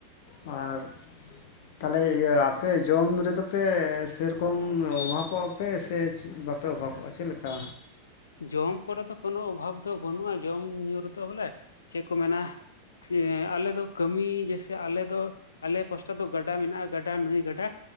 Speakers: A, on the left; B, on the left.
A: ᱟᱨ ᱛᱟᱦᱚᱞᱮ ᱤᱭᱟᱹ ᱟᱯᱮ ᱡᱚᱢ ᱨᱮᱼᱫᱚ ᱯᱮ ᱥᱮᱨᱚᱠᱚᱢ ᱚᱵᱷᱟᱵᱚᱜᱼᱟ ᱯᱮ ᱥᱮᱫ ᱵᱟᱯ ᱵᱟᱯᱮ ᱚᱵᱷᱟᱵᱚᱜᱼᱟ ᱪᱮᱫ ᱞᱮᱠᱟ?
B: ᱡᱚᱢ ᱠᱚᱨᱮ ᱫᱚ ᱠᱳᱱᱳ ᱚᱵᱷᱟᱵ ᱫᱚ ᱵᱟᱹᱱᱩᱜᱼᱟ, ᱡᱚᱢ ᱧᱩ ᱨᱮᱫᱚ ᱵᱚᱞᱮ ᱪᱮᱫ ᱠᱚ ᱢᱮᱱᱟ ᱾ ᱮ ᱟᱞᱮ ᱫᱚ ᱠᱟᱹᱢᱤ ᱡᱮᱭᱥᱮ ᱟᱞᱮ ᱫᱚ ᱟᱞᱮ ᱯᱟᱥᱴᱟ ᱫᱚ ᱜᱟᱰᱟ ᱢᱮᱱᱟᱜᱼᱟ, ᱜᱟᱰᱟ ᱱᱟᱹᱭ ᱜᱟᱰᱟ